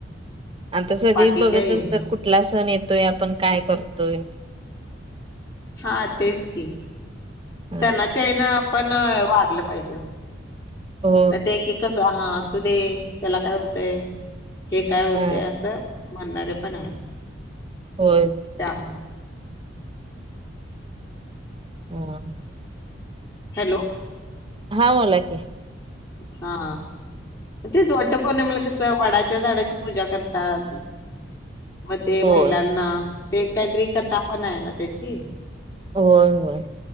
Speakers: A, on the right; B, on the left.
A: आता सगळी
B: बाकी
A: बघत
B: काही
A: असतात,
B: नाही
A: कुठला सण ये ते आपण काय करतोय.
B: हा तेच की
A: हा
B: सणाच्या ह्यानं पण वागलं पाहिजे
A: हो
B: ते एक एक कस हा असू दे त्याला काय होतय हे काय होतंय
A: हा
B: अस म्हणणारे पण आहेत
A: होय.
B: त्यामुळं
A: हो.
B: हॅलो.
A: हा बोला की
B: हा तेच वट पौर्णिमेला कस वडाच्या झाडाची पूजा करतात मग ते
A: होय.
B: महिलांना ते काहीतरी कथा पण आहे ना त्याची
A: होय होय.